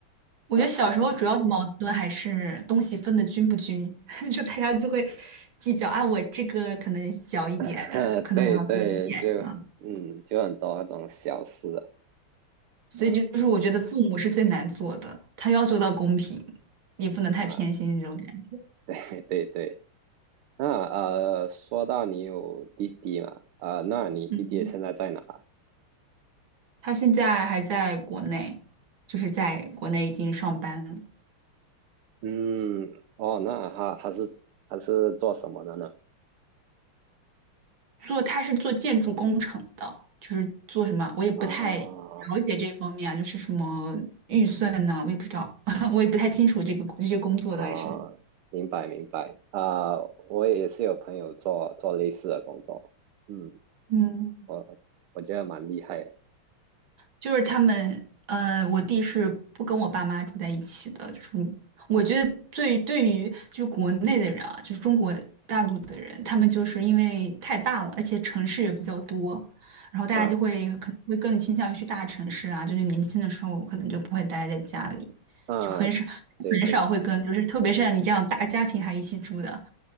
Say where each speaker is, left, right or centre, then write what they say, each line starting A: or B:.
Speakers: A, on the right; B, on the right.
A: 我觉得小时候主要的矛盾还是东西分的均不均，
B: 然后。
A: <laughs> 就大家就会计较啊，我这个可能小一点，
B: <laughs>
A: 可能我要多一点这样。
B: 对对，就嗯，就很多那种小事
A: 所以就是我觉得父母是最难做的，
B: 啊
A: 他要做到公平，也不能太偏心那种感觉。
B: 啊，对 <laughs> 对对。那呃，说到你有弟弟嘛，呃，那你弟弟现在在哪？
A: 嗯，他现在还在国内，就是在国内已经上班了。
B: 嗯，哦，那他他是他是做什么的呢？
A: 做他是做建筑工程的，就是做什么，我也不太了解这方面啊，
B: 啊
A: 就是什么预算呐、我也不知道，<laughs> 我也不太清楚这个这些工作到底是，
B: 啊，明白明白啊，我也是有朋友做做类似的工作，嗯，
A: 嗯，
B: 我我觉得蛮厉害的，
A: 就是他们，呃，我弟是不跟我爸妈住在一起的，就是我觉得最对于就国内的人啊，就是中国大陆的人，他们就是因为太大了，而且城市也比较多，然后大家就会可能会更倾向于去大城市啊，
B: 嗯
A: 就是年轻的时候可能就不会待在家里，
B: 啊，
A: 就很少
B: 对对。
A: 很少会跟，就是特别是像你这样大家庭还一起住的，